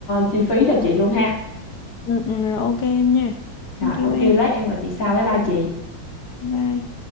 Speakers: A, on the left (about 85°); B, on the left (about 65°).
A: chi phí cho chị luôn ha.
B: Ừ, ừ, rồi ok em nha.
A: Rồi
B: Thank you
A: ok
B: em.
A: lát em gọi chị sau với ba chị.
B: Bye.